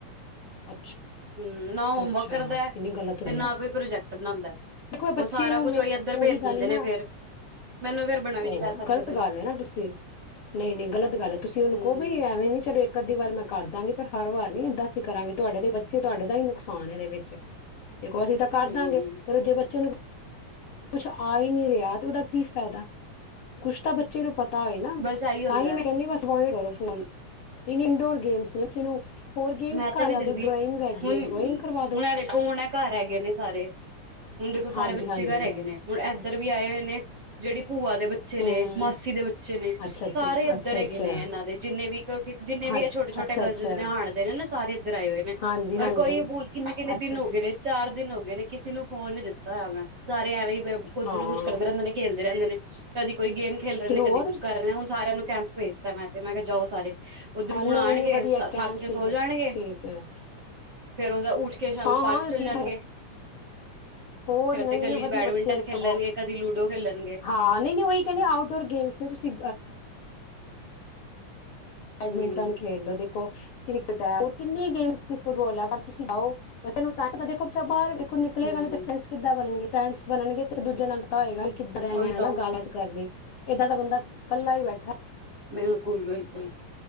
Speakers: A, on the left (about 50°); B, on the right (about 50°).
A: ਅੱਛਾ
B: ਹੂੰ ਨਾ ਹੋਮਵਰਕ
A: ਅੱਛਾ
B: ਕਰਦਾ
A: ਕਿੰਨੀ ਗਲਤ
B: ਤੇ
A: ਗੱਲ
B: ਨਾ
A: ਆ
B: ਕੋਈ ਪ੍ਰੋਜੈਕਟ ਬਣਾਉਂਦਾ
A: ਦੇਖੋ ਬੱਚੇ
B: ਉਹ ਸਾਰਾ
A: ਨੂੰ
B: ਕੁਛ
A: ਮੇ
B: ਇੱਧਰ
A: ਉਹੀ
B: ਭੇਜ
A: ਗੱਲ
B: ਦਿੰਦੇ
A: ਨਾ
B: ਨੇ ਫੇਰ ਮੈਨੂੰ ਫੇਰ ਬਣਾ ਵੀ ਨੀ
A: ਉਹ
B: ਕਰ ਸਕਦੇ
A: ਗ਼ਲਤ
B: ਬਈ
A: ਗੱਲ ਹੈ ਨਾ ਤੁਸੀਂ ਨਹੀਂ ਨਹੀਂ ਗ਼ਲਤ ਗੱਲ ਹੈ ਤੁਸੀਂ ਉਹਨੂੰ
B: ਹਮ
A: ਕਹੋ ਵੀ ਐਵੇਂ ਨੀ ਚਲੋ ਇੱਕ ਅੱੀ ਵਾਰ ਮੈਂ ਕਰ ਦਾਂਗੀ ਪਰ ਹਰ ਵਾਰ ਨੀ ਏਦਾਂ ਅਸੀਂ ਕਰਾਂਗੇ ਤੁਹਾਡੇ ਦੇ ਬੱਚੇ ਤੁਹਾਡੇ ਦਾ ਹੀ ਨੁਕਸਾਨ ਇਹਦੇ ਵਿੱਚ। ਦੇਖੋ ਅਸੀਂ ਤਾਂ ਕਰ
B: ਹਮ
A: ਦਾਂਗੇ ਜੇ ਬੱਚੇ ਨੂੰ ਕੁਛ ਆ ਹੀ ਨਹੀਂ ਰਿਹਾ ਤੇ ਉਹਦਾ ਕੀ ਫਾਇਦਾ ਕੁਛ ਤਾਂ ਬੱਚੇ ਨੂੰ ਪਤਾ ਏ ਨਾ
B: ਬਸ ਇਹੀ ਹੁੰਦਾ
A: ਤਾਂ ਹੀ ਮੈਂ ਕਹਿੰਦੀ ਬਸ ਕਰੋ ਇੰਡੋਰ ਗੇਮਸ ਨੇ ਬਚੇ ਨੂੰ ਹੋਰ ਗੇਮਸ
B: ਮੈਂ
A: ਕਰਾ
B: ਤਾਂ ਨੀ ਦਿੰਦੀ
A: ਦੋ ਡਰਾਇੰਗ ਹੈਗੀ
B: ਹੁਣ
A: ਹੈ ਡਰਾਇੰਗ ਕਰਵਾ ਦੋ
B: ਹੁਣ ਦੇਖੋ ਹੁਣ ਐ ਘਰ ਹੈਗੇਏ ਨੇ ਸਾਰੇ ਹੁਣ ਦੇਖੋਲ ਸਾਰੇ
A: ਹਾਂਜੀ
B: ਬੱਚੇ
A: ਹਾਂਜੀ
B: ਘਰ ਹੈਗੇ ਨੇ ਹੁਣ ਇੱਧਰ ਵੀ ਆਏ ਹੋਏ ਨੇ। ਜਿਹੜੀ ਭੂਆ ਦੇ ਬੱਚੇ
A: ਹੂੰ
B: ਨੇ ਮਾਸੀ ਦੇ ਬੱਚੇ ਨੇ
A: ਅੱਛਾ ਅੱਛਾ
B: ਸਾਰੇ ਇੱਧਰ
A: ਅੱਛਾ
B: ਹੈਗੇ
A: ਅੱਛਾ
B: ਨੇ ਇਹਨਾਂ ਦੇ ਜਿੰਨੇ ਵੀ ਜਿੰਨੇ
A: ਹਾਂ
B: ਵੀ ਇਹ ਛੋਟੇ ਛੋਟੇ
A: ਅੱਛਾ
B: ਕਜ਼ਨ
A: ਅੱਛਾ
B: ਨੇ ਆਣ ਨਾ ਸਾਰੇ ਇੱਧਰ ਆਏ ਹੋਏ ਨੇ
A: ਹਾਂਜੀ
B: ਔਰ
A: ਹਾਂਜੀ
B: ਕੋਈ ਕਿੰਨੇ ਕਿੰਨੇ
A: ਅੱਛਾ
B: ਦਿਨ
A: ਅੱਛਾ।
B: ਹੋ ਗਏ ਨੇ ਚਾਰ ਦਿਨ ਹੋ ਗਏ ਨੇ ਕਿਸੇ ਨੂੰ ਫੋਨ ਨੀ ਦਿੱਤਾ ਹੋਇਆ ਮੈਂ ਸਾਰੇ ਐਵੇਂ ਹੀ ਕੁੱਝ
A: ਹਾਂ
B: ਨਾ ਕੁੱਝ ਕਰਦੇ ਰਹਿੰਦੇ ਨੇ ਖੇਲਦੇ ਰਹਿੰਦੇ ਨੇ। ਕਦੀ ਕੋਈ ਗੇਮ ਖੇਲ ਰਹੇ
A: ਤੇ
B: ਨੇ
A: ਹੋਰ
B: ਕਦੇ ਕੁੱਛ ਕਰ ਰਹੇ ਹੁਣ ਸਿਆਂ ਨੂੰ ਕੈਂਪ ਭੇਜਤਾ ਮੈਂ ਤੇ ਮੈਂ ਕਿਹਾ ਜਾਓ ਸਾਰੇ ਉੱਧਰ
A: ਹਾਂ
B: ਹੁਣ
A: ਨਹੀਂ
B: ਆਣਗੇ
A: ਨਹੀਂ ਵਧੀਆ
B: ਥੱਕ
A: ਕੈਮ
B: ਕੇ
A: ਸੀ
B: ਸੋ
A: ਜੇ
B: ਜਾਣਗੇ
A: ਠੀਕ ਹੈ
B: ਫੇਰ ਉਹਦਾ ਉੱਠ ਕੇ ਸ਼ਾਮੀ
A: ਹਾਂ
B: ਪਾਰਕ
A: ਹਾਂ
B: ਚਲੇ
A: ਠੀਕ
B: ਜਾਣਗੇ।
A: ਹੋਰ
B: ਫੇਰ ਇੱਥੇ
A: ਨਹੀਂ
B: ਗਲੀ
A: ਨਹੀਂ ਵਧੀਆ
B: ਚ ਬੈਡਮਿੰਟਨ
A: ਬੱਚੇ
B: ਖੇਲਣਗੇ
A: ਸਗੋਂ
B: ਕਦੀ ਲੂਡੋ ਖੇਲਣਗੇ
A: ਹਾਂ ਨਹੀਂ ਨਹੀਂ ਉਹੀ ਕਹਿੰਦੇ ਆਊਟਡੋਰ ਗੇਮਸ ਨੇ ਤੁਸੀਂ ਬੈਡਮਿੰਟਨ
B: ਹੂੰ
A: ਖੇਡ ਲੋ ਦੇਖੋ। ਕ੍ਰਿਕਟ ਹੈ ਹੋਰ ਕਿੰਨੇ ਗੇਮ ਚ ਫੁੱਟਬਾਲ ਹੈ ਪਰ ਤੁਸੀਂ ਜਾਓ ਤੈਨੂੰ ਟਾਈਮ ਦੇਖੋ ਬਾਹਰੋ ਨਿਕਲੇਗਾ
B: ਹੂੰ
A: ਨੀ ਫਰੈਂਡਸ ਕਿੱਦਾਂ ਬਣਨਗੇ। ਫਰੈਂਡਸ ਬਣਨਗੇ ਤੇ ਦੂਜੇ ਨਾਲ ਤਾਂ ਹੋਏਗਾ ਕਿੱਧਰ ਇਹ ਨੇ
B: ਉਹੀ
A: ਹਨਾ
B: ਤਾਂ
A: ਗੱਲਾਤ ਕਰਨ ਲਈ ਏਦਾਂ ਦਾ ਬੰਦਾ ਕੱਲਾ ਹੀ ਬੈਠਾ
B: ਬਿਲਕੁਲ ਬਿਲਕੁਲ